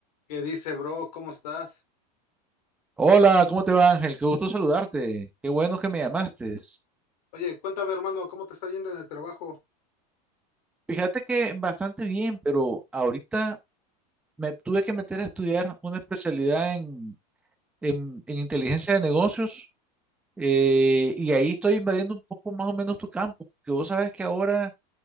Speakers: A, on the left; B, in the centre.
A: ¿Qué dice, bro? ¿Cómo estás?
B: Hola, ¿cómo te va Ángel? Qué gusto saludarte. Qué bueno que me llamaste.
A: Oye, cuéntame, hermano, ¿cómo te está yendo en el trabajo?
B: Fíjate que bastante bien, pero ahorita me tuve que meter a estudiar una especialidad en, en- en inteligencia de negocios eh, y ahí estoy invadiendo un poco más o menos tu campo, porque vos sabes que ahora...